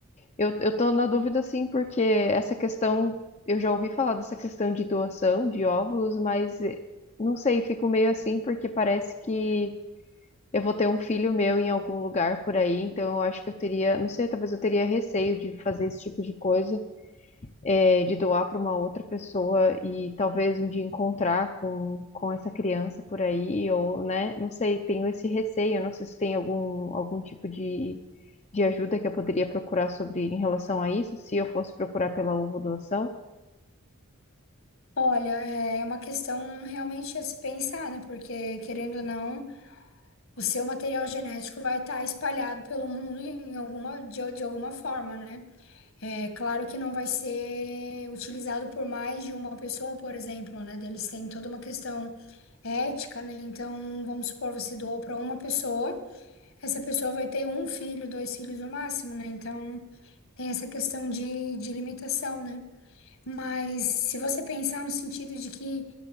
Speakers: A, on the left (about 30°); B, on the left (about 65°).
A: Eu, eu tô na dúvida, assim, porque essa questão, eu já ouvi falar dessa questão de doação de óvulos, mas eh, não sei, fico meio assim, porque parece que eu vou ter um filho meu em algum lugar por aí, então eu acho que eu teria, não sei, talvez eu teria receio de fazer esse tipo de coisa é, de doar para uma outra pessoa e talvez um dia encontrar com, com essa criança por aí, ou, né? Não sei, tenho esse receio, não sei se tem algum, algum tipo de, de ajuda que eu poderia procurar sobre em relação a isso, se eu fosse procurar pela ovo doação.
B: Olha, é é uma questão realmente a se pensar, né? Porque querendo ou não. o seu material genético vai estar espalhado pelo mundo em alguma, de, de alguma forma, né? É claro que não vai ser utilizado por mais de uma pessoa, por exemplo, né? Eles têm toda uma questão ética, né? Então, vamos supor, você doou para uma pessoa, essa pessoa vai ter um filho, dois filhos no máximo, né? Então, tem essa questão de, de limitação, né? Mas se você pensar no sentido de que